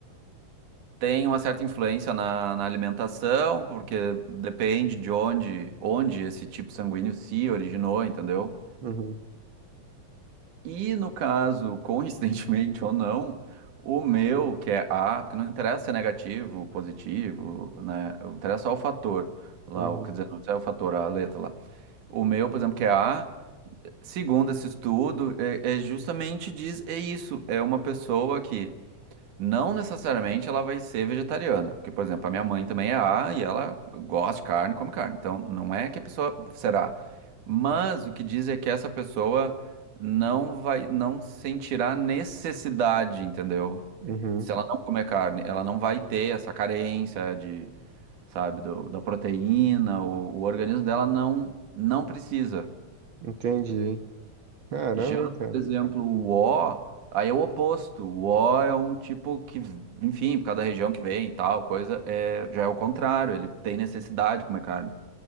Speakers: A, on the right; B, on the right.
A: tem uma certa influência na, na alimentação, porque depende de onde, onde esse tipo sanguíneo se originou, entendeu?
B: uhum,
A: E no caso, coincidentemente <laughs> ou não, o meu, que é A, porque não interessa se é negativo, positivo, né? Interessa só o fator lá,
B: uhum,
A: o, quer dizer, não é o fator, a letra lá. O meu, por exemplo, que é A, segundo esse estudo, é, é justamente diz, é isso, é uma pessoa que Não necessariamente ela vai ser vegetariana, porque, por exemplo, a minha mãe também é A e ela gosta de carne, come carne. Então, não é que a pessoa será. Mas o que diz é que essa pessoa não vai, não sentirá necessidade, entendeu?
B: uhum.
A: Se ela não comer carne, ela não vai ter essa carência de, sabe, do- da proteína, o, o organismo dela não não precisa
B: Entendi. Caramba,
A: já, por
B: hein, cara.
A: exemplo, o O, aí é o oposto. O O é um tipo que, enfim, por cada região que vem e tal, coisa, é, já é o contrário, ele tem necessidade de comer carne.